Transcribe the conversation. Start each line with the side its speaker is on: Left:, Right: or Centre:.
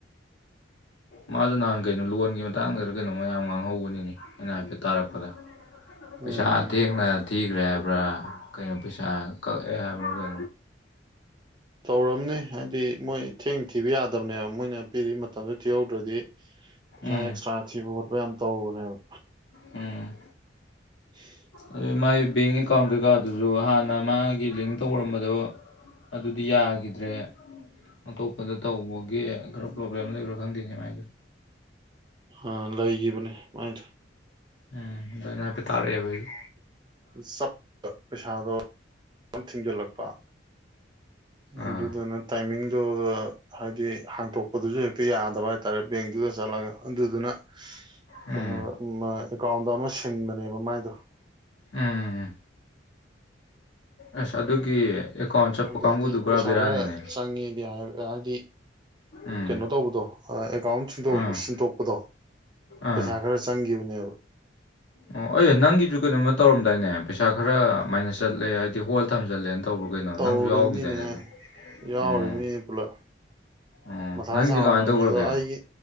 Left: ꯃꯥꯁꯨ ꯅꯍꯥꯟ ꯀꯩꯅꯣ ꯂꯣꯟꯒꯤ ꯃꯇꯥꯡꯗ ꯀꯩꯅꯣ ꯃꯌꯥꯝ ꯉꯥꯡꯍꯧꯕꯅꯤꯅꯦ ꯑꯩꯅ ꯍꯥꯏꯐꯦꯠꯇꯠ ꯇꯥꯔꯛꯄꯗ ꯄꯩꯁꯥ
Right: ꯎꯝ
Left: ꯊꯦꯡꯅ ꯊꯤꯈ꯭ꯔꯦꯕ ꯀꯩꯅꯩꯅꯣ ꯄꯩꯁꯥ ꯀ ꯍꯥꯏꯒ
Right: ꯇꯧꯔꯝꯅꯤ ꯍꯥꯏꯕꯗꯤ ꯃꯣꯏ ꯊꯦꯡ ꯊꯤꯕ ꯌꯥꯗꯕꯅꯦꯕ ꯃꯣꯏꯅ ꯄꯤꯔꯤ ꯃꯇꯝꯗꯣ ꯊꯤꯍꯧꯗ꯭ꯔꯗꯤ ꯄꯩꯁꯥ
Left: ꯎꯝ
Right: ꯑꯦꯛꯁꯇ꯭ꯔꯥ ꯊꯤꯕ ꯈꯣꯠꯄ ꯌꯥꯝ ꯇꯧꯕꯅꯦꯕ
Left: ꯎꯝ
Right: <inaudible>
Left: ꯑꯗꯨ ꯃꯥꯥꯏ ꯕꯦꯡ ꯑꯦꯀꯥꯎꯟ ꯀꯩꯀꯥꯗꯨꯁꯨ ꯍꯥꯟꯅ ꯃꯥꯒꯤ ꯂꯤꯡ ꯇꯧꯔꯝꯕꯗꯣ ꯑꯗꯨꯗꯤ ꯌꯥꯈꯤꯗ꯭ꯔꯦ ꯑꯇꯣꯞꯄꯗ ꯇꯧꯕꯒꯤ ꯈꯔ ꯄ꯭ꯔꯣꯕ꯭ꯂꯦꯝ ꯂꯩꯕ꯭ꯔꯥ ꯈꯪꯗꯦꯅꯦꯃꯥꯏꯗꯣ
Right: ꯑ ꯂꯩꯈꯤꯕꯅꯦ ꯃꯥꯏꯗ
Left: ꯎꯝ ꯗꯨꯃꯥꯢꯅ ꯍꯥꯢꯐꯦꯠ ꯇꯥꯔꯛꯐꯦꯕ ꯑꯩ
Right: ꯆꯞ ꯄꯩꯁꯥꯗꯣ ꯊꯤꯡꯖꯤꯜꯂꯛꯄ
Left: ꯑꯥ
Right: ꯑꯗꯨꯗꯨꯅ ꯇꯥꯏꯃꯤꯡ ꯑꯗꯨ ꯍꯥꯏꯗꯤ ꯍꯥꯡꯇꯣꯛꯄꯗꯨꯁꯨ ꯍꯦꯛꯇ ꯌꯥꯗꯕ ꯍꯥꯏꯇꯥꯔꯦ ꯕꯦꯡꯇꯨꯗ ꯆꯠꯂꯒ ꯑꯗꯨꯗꯨꯅ
Left: ꯎꯝ
Right: ꯀꯩꯅꯣ ꯑꯦꯀꯥꯎꯟꯗ ꯑꯃ ꯁꯤꯜ ꯊꯤꯟꯕꯅꯦꯕ ꯃꯥꯏꯗꯣ
Left: ꯎꯝ ꯑꯁ ꯑꯗꯨꯒꯤ ꯑꯦꯀꯥꯎꯟ ꯆꯠꯄ
Right: ꯑꯗꯩꯗꯤ
Left: ꯀꯥꯡꯕꯨꯗꯨ ꯄꯨꯔꯥ
Right: ꯄꯩꯁꯥ
Left: ꯕꯦꯔꯥꯅꯤꯅꯦ
Right: ꯈꯔ ꯆꯪꯉꯦꯗꯤ ꯍꯥꯢ ꯍꯥꯢꯏꯗꯤ
Left: ꯎꯝ
Right: ꯀꯩꯅꯣ ꯇꯧꯕꯗꯣ ꯑꯦꯀꯥꯎꯟꯗ ꯁꯤꯟꯗꯣꯛ
Left: ꯑꯥ
Right: ꯁꯤꯟꯗꯣꯛꯄꯗꯣ
Left: ꯑꯥ
Right: ꯄꯩꯁꯥ ꯈꯔ ꯆꯪꯒꯤꯕꯅꯦꯕ
Left: ꯑꯣ ꯑꯩ ꯅꯪꯒꯤꯁꯨ ꯀꯩꯅꯣꯝꯃ ꯇꯧꯔꯝꯗꯥꯏꯅꯦ ꯄꯩꯁꯥ ꯈꯔ ꯃꯥꯏꯅꯁ ꯆꯠꯂꯦ ꯍꯥꯏꯗꯤ ꯍꯣꯜ ꯊꯝꯖꯜꯂꯦꯅ ꯇꯧꯕ꯭ꯔꯣ ꯀꯩꯅꯣ
Right: ꯇꯧꯔꯤꯝꯅꯤꯅꯦ
Left: ꯅꯪꯁꯨ ꯌꯥꯎꯈꯤꯗꯥꯏꯅꯦ ꯑꯗꯨ
Right: ꯌꯥꯎꯔꯤꯝꯅꯤꯅꯦ
Left: ꯑꯣ
Right: ꯄꯨꯂꯞ
Left: ꯑꯣ
Right: ꯃꯊꯥ
Left: ꯅꯪꯒꯤꯗꯤ
Right: ꯁꯥꯎꯔꯕꯝꯅꯦ
Left: ꯀꯃꯥꯏꯅ ꯇꯧꯈ꯭ꯔꯒꯦ
Right: ꯑꯗꯣ ꯑꯩꯒꯤ